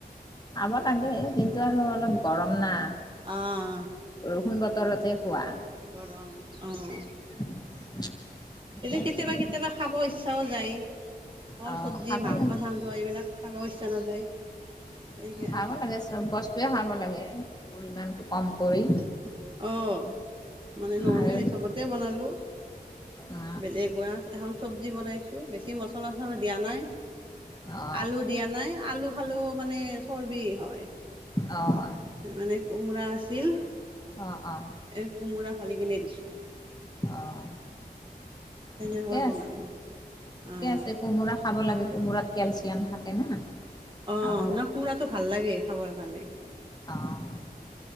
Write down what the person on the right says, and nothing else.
অ',
গৰম অহ।
এইযে কেতিয়াবা
-কেতিয়াবা খাব ইচ্ছাও যায়। ফল,
ছবজি,
মাংস-
চাংস এইবিলাক খাবও ইচ্ছা নাযায়। সেইকাৰণে
উম, অহ, মানে নৰ্মেল
হিচাপতে বনালোঁ।
বেলেগুৱাচ এখন চবজি বনাইছো বেছি মচলা- চছলা দিয়া নাই।
আলু দিয়া নাই আলু খালো মানে চৰ্বি হয়।
মানে, কোমোৰা আছিল।
এ, কোমোৰা ফালি কিনে দিছোঁ।
তেনেকৈ
বনালোঁ
অঁ
অ,
ন'সুৰাটো ভাল লাগে খাবৰ কাৰণে।